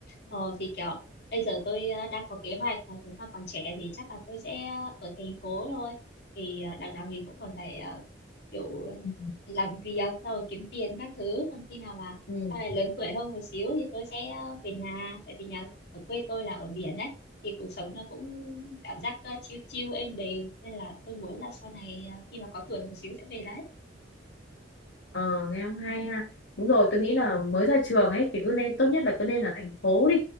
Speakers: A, on the left; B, on the left.
A: Ờ thì kiểu bây giờ tôi ờ, đang có kế hoạch là nếu mà còn trẻ thì chắc là tôi sẽ ở thành phố thôi thì ờ, đằng nào mình cũng còn phải ờ, kiểu
B: Ừ.
A: làm việc rồi kiếm tiền các thứ còn khi nào mà
B: Ừ.
A: sau này lớn tuổi hơn một xíu thì tôi sẽ ờ, về nhà tại vì nhà ở quê tôi là ở biển đấy thì cuộc sống nó cũng cảm giác ờ, chill chill êm đềm nên là tôi muốn là sau này ờ, khi mà có tuổi một xíu sẽ về đấy
B: Ờ, nghe không hay ha. Đúng rồi, tôi nghĩ là mới ra trường ấy thì cứ nên tốt nhất là cứ nên là thành phố đi.